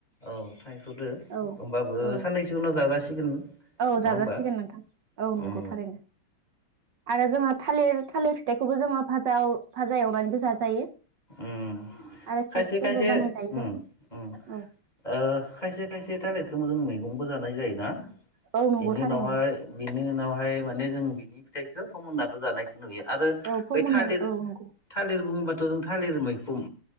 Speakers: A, on the left (about 20°); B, on the right (about 65°).
A: औ थायख'दो
B: औ
A: होमबाबो
B: औ
A: साननैसो उनाव जाजासिगोन।
B: औ जाजासिगोन
A: होमबा
B: नोंथां औ
A: उम
B: नंगौ थारैनो आरो जोङो थालिर थालिर फिथाइखौबो जोङो माजा फाजा औ फाजा एवनानैबो जाजायो।
A: ओयो
B: आरो
A: खायसे
B: चिप्सफोरबो
A: खायसे
B: बानायजायो
A: उम
B: जों
A: उम
B: औ
A: ओ खायसे खायसे थालिरख थोंजों मैगंबो जानाय जायो ना?
B: औ नंगौ
A: बिनि
B: थारैनो
A: उनावहाय बिनि उनावहाय माने जों बिदिब थाइखौ फमोननाबो जानायखो नुयो आरो
B: औ फोमोननाय
A: बै थालिर
B: औ नंगौ
A: थालिर बुंबा थालिर मैखुम